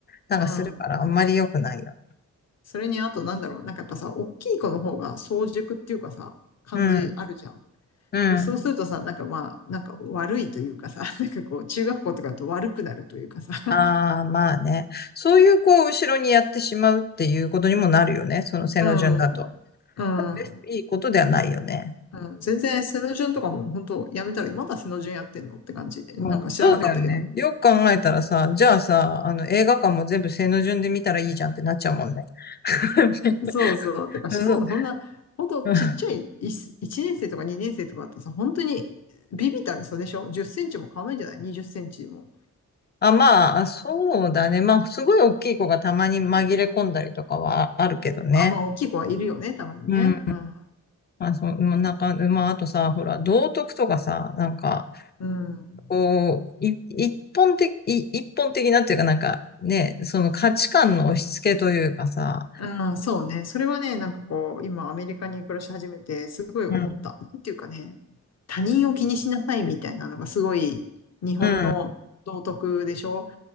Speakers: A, on the left; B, on the left.
A: なんかするからあんまり良くないよね
B: うん。それにあとなんだろう、なんかやっぱさ、大きい子の方が早熟っていうかさ、感じあるじゃん。
A: うん、うん。
B: で、そうするとさ、なんかまあ、なんか悪いというかさ、<laughs> なんかこう、中学校とかだと悪くなるというかさ、
A: ああ、まあね。そういう、こう、後ろにやってしまうっていうことにもなるよね。その背の順だと。
B: <laughs> うん、うん、
A: 別にいいことではないよね。
B: うん。全然、背の順とかも本当やめたら、まだ背の順やってんのって感じ。なんか知らなかったけど。
A: うん、そうだよね。よく考えたらさ、じゃあさ、あの、映画館も全部背の順で見たらいいじゃんってなっちゃうもんね。<laughs>
B: そうそう。てか、
A: そう
B: しかもそんな、本当ちっちゃい1、
A: うん
B: 一年生とか2年生とかだとさ、本当にビビったる差でしょ ?10 センチも変わらないんじゃない ?20 センチも。
A: あ、まあ、そうだね。まあ、すごい大きい子がたまに紛れ込んだりとかはあるけどね。
B: あ、まあ、大きい子はいるよね、たまにね。
A: うん。
B: うん。
A: まあ、そう、うんなんか、まあ、あとさ、ほら、道徳とかさ、なんか、
B: うん。
A: こう、い一本的、い一本的なっていうかなんかね、その価値観の押し付けというかさ、
B: うん、そうね。それはね、なんかこう、今アメリカに暮らし始めて、すごい思った。
A: うん、
B: なんていうかね、他人を気にしなさいみたいなのがすごい日本の道徳でしょ
A: うん、